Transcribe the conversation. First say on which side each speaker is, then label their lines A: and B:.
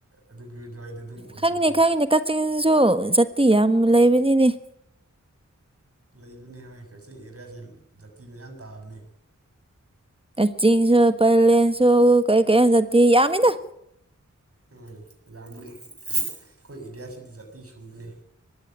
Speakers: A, on the right; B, on the right.
A: ꯑꯗꯨꯒꯤ ꯑꯗꯨꯋꯥꯏꯗ ꯑꯗꯨꯝ ꯑꯣꯏꯕꯀꯣ
B: ꯈꯪꯉꯤꯅꯦ ꯈꯪꯉꯤꯅꯦ ꯀꯛꯆꯤꯡꯁꯨ ꯖꯥꯇꯤ ꯌꯥꯝ ꯂꯩꯕꯅꯤꯅꯦ
A: ꯂꯩꯕꯅꯦ ꯍꯣꯏ ꯀꯛꯆꯤꯡ ꯑꯦꯔꯤꯌꯥꯁꯤ ꯖꯥꯇꯤ ꯃꯌꯥꯝ ꯇꯥꯕꯅꯦ
B: ꯀꯛꯆꯤꯡꯁꯨ ꯄꯂꯦꯟꯁꯨ ꯀꯔꯤ ꯀꯩꯅꯣ ꯖꯥꯇꯤ ꯌꯥꯝꯃꯤꯗ
A: ꯍꯣꯢ ꯌꯥꯝꯕꯅꯤ ꯑꯩꯈꯣꯏ ꯑꯦꯔꯤꯌꯥꯁꯤꯗꯤ ꯖꯥꯇꯤ ꯁꯨꯕꯅꯦ